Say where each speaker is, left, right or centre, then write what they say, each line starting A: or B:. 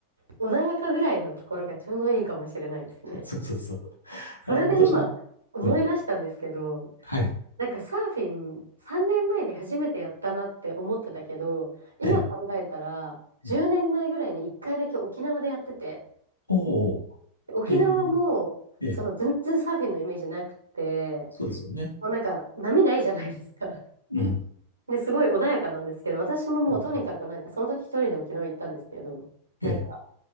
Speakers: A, on the right; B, on the left.
A: 穏やかぐらいのところがちょうどいいかもしれないですね。
B: そうそうそう。あの、
A: それで今、
B: 私、
A: 思い出したんですけど、
B: そう、はい。
A: なんかサーフィン3年前に初めてやったなって思ってたけど、今考えたら、
B: ええ、
A: 10年前ぐらいに1回だけ沖縄でやってて、
B: ええおお、
A: 沖縄も、
B: ええ、ええ、
A: その全然サーフィンのイメージなくて、
B: そうですよね。
A: もうなんか波ないじゃないですか。
B: うん。
A: で、すごい穏やかなんですけど、私ももうとにかくなんか、
B: うん
A: その時一人で沖縄行ったんですけど、なんか
B: ええ、